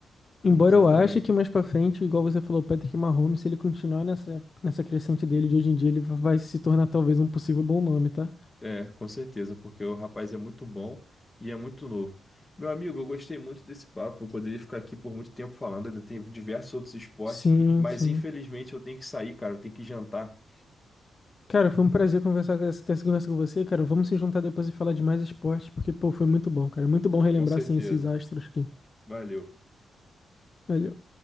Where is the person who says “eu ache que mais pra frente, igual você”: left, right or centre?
Left